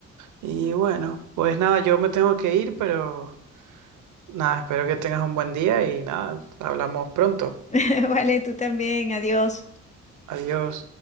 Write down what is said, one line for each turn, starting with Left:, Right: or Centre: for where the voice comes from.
Right: Y bueno, pues nada, yo me tengo que ir, pero nada, espero que tengas un buen día y nada, hablamos pronto.
Left: <laughs> Vale, tú también, adiós.
Right: Adiós.